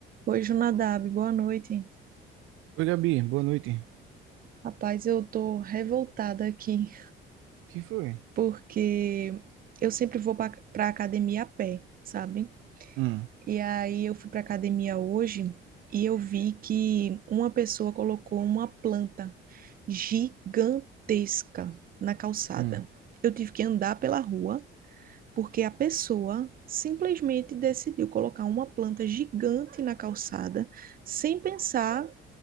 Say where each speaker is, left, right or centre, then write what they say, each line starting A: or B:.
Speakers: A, on the right; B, on the right.
A: Oi, Junadab, boa noite.
B: Oi, Gabi, boa noite.
A: Rapaz, eu tô revoltada aqui
B: Que foi?
A: porque eu sempre vou pra pra academia a pé, sabe?
B: Hum,
A: E aí eu fui pra academia hoje e eu vi que uma pessoa colocou uma planta gigantesca na calçada.
B: hum.
A: Eu tive que andar pela rua porque a pessoa simplesmente decidiu colocar uma planta gigante na calçada sem pensar